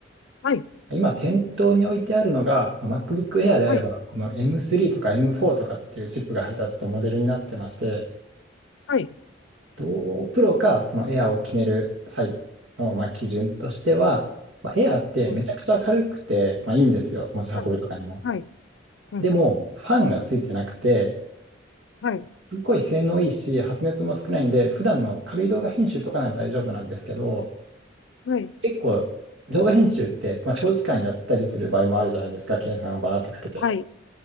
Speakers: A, on the left (about 80°); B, on the right (about 80°).
A: はい、
B: 今、店頭に置いてあるのが、まあ MacBook Air であれば、
A: はい、
B: この M3 とか M4 とかっていうチップが配達とモデルになってまして、
A: はい、
B: と、p r かその Air を決める際の、まあ、基準としては、まあ、Air ってめちゃくちゃ軽くて、
A: うん、
B: まあ、いいんですよ。持ち運びとかにも。
A: はい、はい、うん、
B: でも、
A: うん、
B: ファンがついてなくて、
A: はい、
B: すっごい性能いいし、発熱も少ないんで、普段の軽い動画編集とかなら大丈夫なんですけど、
A: はい、
B: 結構動画編集って、まあ、長時間やったりする場合もあるじゃないですか、計算をバーってかけて。
A: はい、